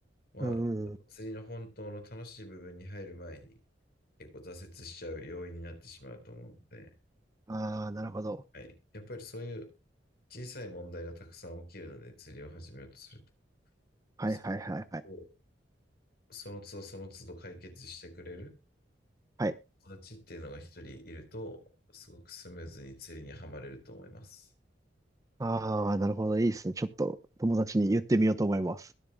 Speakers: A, on the left; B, on the right.
A: まあ、
B: うんうん。
A: 釣りの本当の楽しい部分に入る前に結構挫折しちゃう要因になってしまうと思うので、
B: ああ、なるほど。
A: はい。やっぱりそういう小さい問題がたくさん起きるので釣りを始めようとすると、
B: はいはいはいはい。
A: そこをその都度その都度解決してくれる
B: はい。
A: 友達っていうのが一人いると、すごくスムーズに釣りにはまれると思います。
B: ああ、なるほど。いいですね。ちょっと友達に言ってみようと思います。